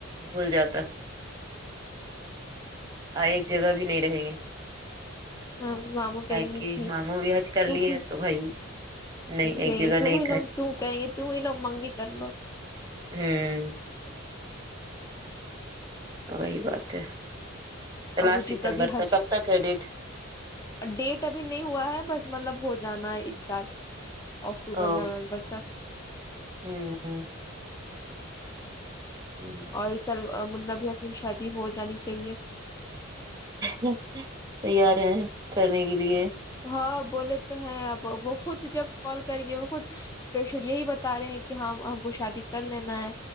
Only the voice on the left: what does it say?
ہاں ماموں
کہیں گے کہ
تو
ہ
کہیں
گے تم
ہی لوگ کہیں گے تم ہی لوگ مگنی کر لو
ابو
جی ابھی حج
ڈیٹ ابھی نہیں ہوا ہے بس مطلب ہو جانا ہے اس سال اکٹوبر
نومبر تک
اور اس سال منہ بھائییا کی بھی شادی ہو جانی چاہیے
ہاں بولے تو ہیں اب وہ خود جب کال کرینگے وہ خود اسپیشل یہی بتا رہے ہیں کہ ہم ہم کو شادی کر لینا ہے